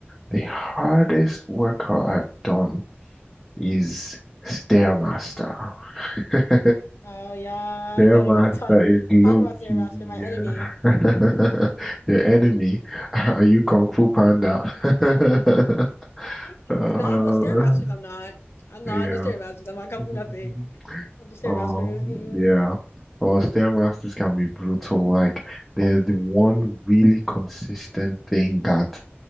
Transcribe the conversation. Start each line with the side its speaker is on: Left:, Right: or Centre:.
Centre: the hardest workout I've done is Stairmaster. <laughs>
Left: Oh yeah,
Centre: Stairmaster
Left: don't even talk
Centre: is low
Left: talk about Stairmaster,
Centre: key,
Left: my
Centre: yeah.
Left: enemy.
Centre: <laughs> Your enemy. <laughs> Are you Kung
Left: Yeah.
Centre: Fu Panda? <laughs>
Left: <laughs>
Centre: Uh,
Left: Not those Stairmasters, I'm not. I'm
Centre: yeah.
Left: not in those Stairmasters. I'm not coming
Centre: <laughs>
Left: from nothing. Dumpster
Centre: Oh,
Left: Masters. Mm-mm.
Centre: yeah. Well, Stairmasters can be brutal. Like, they're the one really consistent thing that